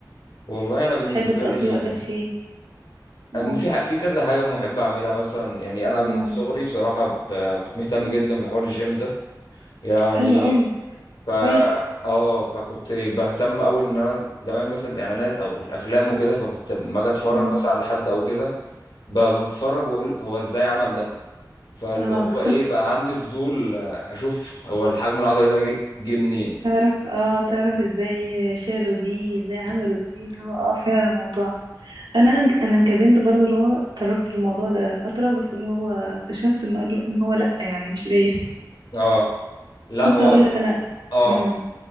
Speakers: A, on the left (about 70°); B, on the right (about 85°).
A: والله انا بالنسبه
B: بتحب تقضي
A: لي
B: وقتك في إيه قول
A: أم- في ح- في كذا حاجه بحب اعملها مثلا يعني انا
B: امم
A: من صغري بصراحه ب... كنت مهتم جدا بحوار الجيم ده يعني
B: حلو قوي
A: فا
B: كويس
A: اه فكنت بهتم أوي إن أنا ز- زمان مثلا الإعلانات أو الأفلام وكده فكنت لما أجي أتفرج
B: امم
A: مثلا على حد أو كده ب- بتفرج وأقول هو إزاي عمل ده فاللي
B: اه
A: هو
B: <laughs>
A: إيه بقى عندي فضول آه، أشوف هو الحجم العضلي ده جه جه منين
B: تعرف اه تعرف ازاي شالوا دي ازاي عملوا دي اللي هو اه فعلا الموضوع انا انا كبنت برضو اللي هو تركت الموضوع ده فترة بس اللي هو اكتشفت ان هو إن هو لا يعني مش ليا
A: اه لا
B: بص
A: هو
B: هقول لك انا
A: اه
B: امم